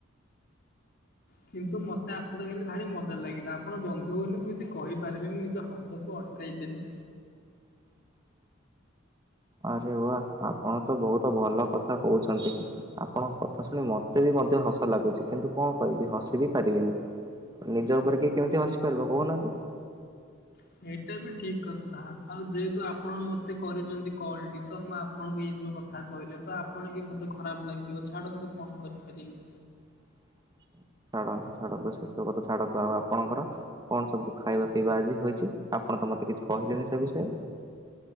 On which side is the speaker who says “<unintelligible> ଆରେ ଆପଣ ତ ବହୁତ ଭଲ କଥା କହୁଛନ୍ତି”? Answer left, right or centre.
Right